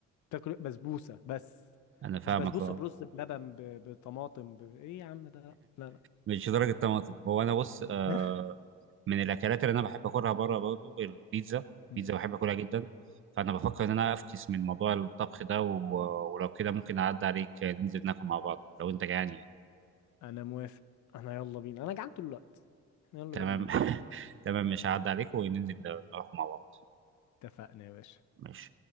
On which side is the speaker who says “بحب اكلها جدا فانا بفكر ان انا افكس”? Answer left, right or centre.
Right